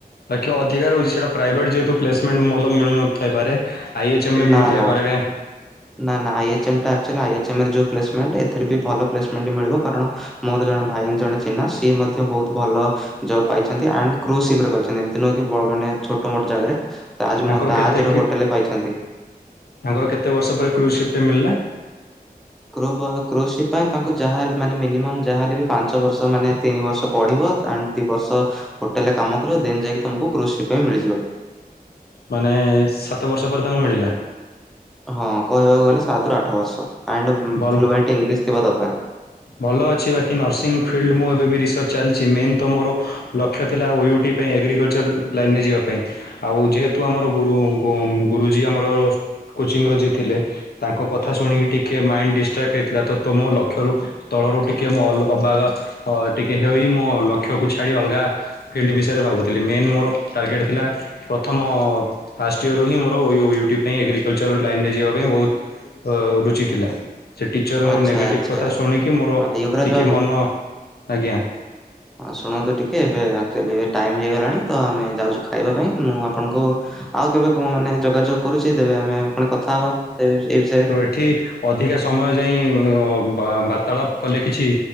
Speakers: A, on the left; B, in the centre.
A: ଆ ଅଧିକ ରଉଛି ସେଟା ପ୍ରାଇଭେଟ ଯେହେତୁ ପ୍ଲେସମେଣ୍ଟଲ ମିଳୁନଥାଇପାରେ। ଆଇ ଏଚ୍ ଏମ୍ରେ
B: ନା
A: ମିଳୁଥାଏ
B: ନା
A: ପାରେ।
B: ନା ନା ଆଇ ଏଚ୍ପ୍ମେଣ୍ଟ ଆକ ଆକାଚ୍ବାଲି ଏଥିରେ ବି ଭଲ ପ୍ସମେଣ୍ଟ ମିଳିବ କାରଣ ମୋର ଜଣେ ଭାଇ ଜଣେ ଚିହ୍ନା ସିଏ ମଧ୍ୟ ବହୁତ ଭଲ ଜବ ପାଇଛନ୍ତି ଆ କ୍ରପ ସିଘ୍ର ପାଇଛନ୍ତି ଏମିତି ନୁଁ ମାନେ ଛୋଟ ମୋଟ ଜାଗାରେ ତାଜ
A: ତାଙ୍କର
B: ମହ ତାଜ
A: କେତେ କି
B: ହୋଟେଲରେ ପାଇଛନ୍ତି।
A: ତାଙ୍କର କେତେ ବର୍ଷ ପରେ କ୍ରୁଜ୍ସିିପ୍ରେଳିଲା?
B: କ୍ରୋସିପ ପାଇଁ ତାଙ୍କୁ ଯାହାହଲେ ମାନେ ମିନିମମ୍ ଯାହାହଲେ ବି ପାଞ୍ଚ ବର୍ଷ ମାନେ ତିନି ବର୍ଷ ପଢିବ। ଦି ବର୍ଷ ହୋଟେଲରେ କାମ କରିବ ଦିନ ଯାଇକି ତମକୁ କୃଷି ପାଇଁ ମିଳିଯିବ।
A: ମାନେ ସାତ ବର୍ଷ ପରେ ତାଙ୍କୁ ମିଳିଲା।
B: ହଁ କହିବାକୁ ଗଲେ ସାତ ରୁ ଆଠ ବର୍ଷ ଆଣ୍ଡ
A: ଭଲ
B: ଫ୍ଲି ଅନ୍ତ୍ ଇଂଲିଶ ଥିବା ଦରକାର।
A: ଭଲ ଅଛି ବାକି ନର୍ସିଂ ଫିଲ୍ଡ ମୁଁ ଏବେ ବି ରିସର୍ଚ୍ଚ ଚାଲିଛି ମେନ୍ ତ ମୋର ଲକ୍ଷ୍ୟ ଥିଲା ଓୟୁଟି ପାଇଁ ଏଗ୍ରିକଲଚର ଲାଇନ୍ରେ ଯିବା ପାଇଁ। ଆଉ ଯେହେତୁ ଆମର ଗୁରୁ ଗୁଁ ଗୁରୁଜୀ ଆମର କୋଚିଂ ର ଯି ଥିଲେ ତାଙ୍କ କଥା ଶୁଣିକି ଟିକେ ମାଇ ଡିଷ୍ଟ୍ରାକ୍ଟ ହେଇଥିଲା ତ ତମ ଲକ୍ଷରୁ ସ୍ଥଳରୁ ଟିକେ ମୁଁ ଅଲ ଅବାଗ ଅ ଟିକେ ହେ ମୋ ଲକ୍ଷ୍ୟକୁ ଛାଡି ଅଲଗା ଫିଲ୍ଡ ବିଷୟରେ ଭାବୁଥିଲି ମେନ୍ ମୋର ଟାର୍ଗେଟ୍ ଥିଲା ପ୍ରଥମ ଫାଷ୍ଟ ଇୟରୁ ହିଁ ମୋର ୟୁଟିୁ ପାଇଁ ଏଗ୍ରିକଲଚର ଲାଇନ୍ରେ ଯିବା ପାଇଁ ବହୁତ ଅ ରୁଚି ଥିଲା ସେ ଟିଚରଙ୍କ
B: ଆଚ୍ଛା
A: ନେଗେଟିଭ
B: ଆଚ୍ଛା
A: କଥା ଶୁଣିକି ମୋର
B: ଆ ୟୁବରାଜ
A: ଟିକେ ମନ ହ ଆଜ୍ଞା।
B: ହଁ ଶୁଣନ୍ତୁ ଟିକେ ଏବେ ଆକ୍ଚୁଆଲି ଟାଇମ୍ ହେଇଗଲାଣି ତ ଆମେ ଯାଉଛୁ ଖାଇବା ପାଇଁ ମୁଁ ଆପଣଙ୍କୁ ଆଉ କେବେ କ ମାନେ ଯୋଗାଯୋଗ କରୁଛି ତବେ ଆମେ ପୁଣି କଥା ହବା ଏ ବିଷୟରେ।
A: ତ ଏଠି ଅଧିକା ସମୟ ଯାଇ ବାର୍ତ୍ତାଳାପ କଲେ କିଛି